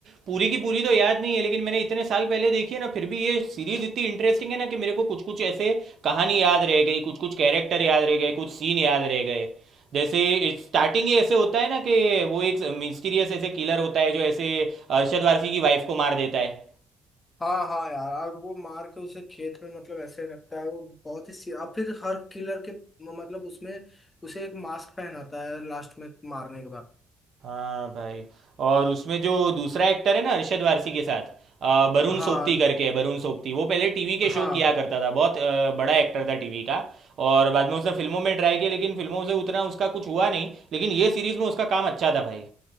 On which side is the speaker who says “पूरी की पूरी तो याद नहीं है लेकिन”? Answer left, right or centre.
Right